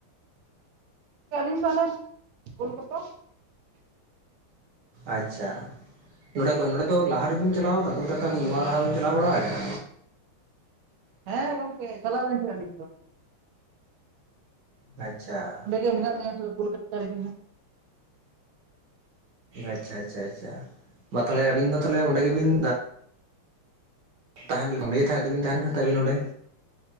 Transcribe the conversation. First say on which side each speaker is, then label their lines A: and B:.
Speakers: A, on the right; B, on the right.
A: ᱟᱹᱞᱤᱧ ᱫᱚ ᱟᱱᱮ ᱠᱚᱞᱠᱟᱛᱟ᱾
B: ᱟᱪᱪᱷᱟ ᱱᱚᱸᱰᱮ ᱠᱷᱚᱱ ᱱᱚᱸᱰᱮ ᱫᱚ ᱞᱟᱦᱟ ᱨᱮᱜᱮ ᱵᱤᱱ ᱪᱟᱞᱟᱣ ᱠᱳᱞᱠᱟᱛᱟ ᱱᱚᱣᱟ ᱞᱟᱦᱟ ᱵᱤᱱ ᱪᱟᱞᱟᱣ ᱵᱟᱲᱟ ᱠᱟᱱᱟ?
A: ᱦᱮᱸ ᱜᱚᱝᱠᱮ ᱪᱟᱞᱟᱣ ᱞᱮᱱ ᱜᱮᱭᱟ ᱛᱚ᱾
B: ᱟᱪᱪᱷᱟ᱾
A: ᱚᱸᱰᱮ ᱜᱮ ᱢᱮᱱᱟᱜ ᱞᱤᱧᱭᱟ ᱛᱚᱵᱮ ᱠᱳᱞᱠᱟᱛᱟ ᱨᱮᱜᱮ ᱦᱟᱸᱜ᱾
B: ᱟᱪᱪᱷᱟ ᱟᱪᱪᱷᱟ ᱟᱪᱪᱷᱟ ᱢᱟ ᱛᱟᱦᱞᱮ ᱟᱵᱤᱱ ᱫᱚ ᱛᱟᱦᱚᱞᱮ ᱚᱸᱰᱮ ᱜᱮᱵᱤᱱ ᱛᱟᱦᱮᱱ ᱞᱟᱹᱭ ᱛᱟᱦᱮᱸ ᱫᱚᱵᱤᱱ ᱛᱟᱦᱮᱱ ᱠᱟᱱ ᱛᱟᱹᱵᱤᱱ ᱱᱚᱰᱮ?